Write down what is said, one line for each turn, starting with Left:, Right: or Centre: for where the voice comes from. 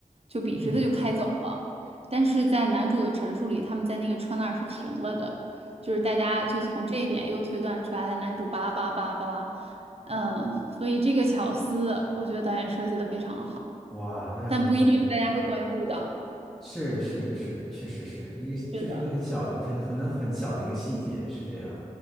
Right: 就笔直的就开走了。
Centre: 嗯，
Right: 但是在男主的陈述里，他们在那个车那儿是停了的，就是大家就从这一点又推断出来了，男主巴拉巴拉巴拉巴拉，嗯，所以这个巧思，我觉得导演设计的非常好，
Centre: 哇，那真是，
Right: 但不一定大家会关注到。
Centre: 是是是，确实是一个，
Right: 是的，
Centre: 就是一个很小的，可可能很小的一个细节，是这样。